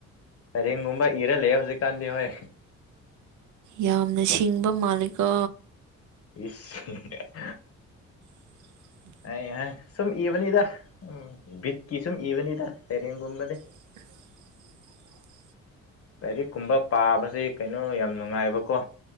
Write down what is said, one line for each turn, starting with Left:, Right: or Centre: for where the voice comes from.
Left: ꯁꯩꯔꯦꯡꯒꯨꯝꯕ ꯏꯔ ꯂꯩ ꯌꯦ ꯍꯧꯖꯤꯛꯀꯥꯟꯗꯤ ꯍꯣꯏ
Right: ꯌꯥꯝꯅ ꯁꯤꯡꯕ ꯃꯥꯂꯤꯀꯣ
Left: ꯏꯁ ꯍꯤꯍꯤꯍꯤ
Right: <inaudible>
Left: ꯑꯩ ꯑꯥ ꯁꯨꯝ ꯏꯕꯅꯤꯗ ꯎꯝ ꯕꯤꯠꯀꯤ ꯁꯨꯝ ꯏꯕꯅꯤꯗ ꯁꯩꯔꯦꯡꯒꯨꯝꯕꯗꯤ
Right: <inaudible>
Left: ꯂꯥꯏꯔꯤꯛ ꯀꯨꯝꯕ ꯄꯥꯕꯁꯦ ꯀꯩꯅꯣ ꯌꯥꯝ ꯅꯨꯡꯉꯥꯏꯕꯀꯣ